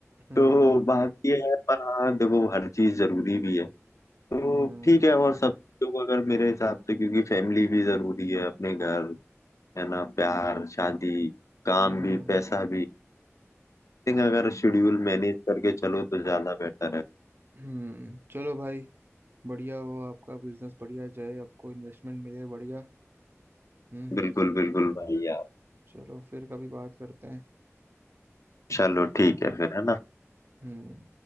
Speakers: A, on the right (about 45°); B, on the left (about 80°).
A: हम्म
B: तो बात ये है पर हाँ देखो हर चीज जरूरी भी है तो
A: हम्म
B: ठीक है और सब लोग अगर मेरे हिसाब से क्योंकि फैमिली भी जरूरी है अपने घर है ना प्यार शादी काम
A: हम्म
B: भी पैसा भी I think अगर शेड्यूल मैनेज करके चलो तो ज्यादा बेटर है
A: हम्म चलो भाई बढ़िया हो आपका बिजनेस बढ़िया जाए आपको इन्वेस्टमेंट मिले बढ़िया हम्म
B: बिल्कुल बिल्कुल भाई यार
A: चलो फिर कभी बात करते हैं
B: चलो ठीक है फिर है ना
A: हम्म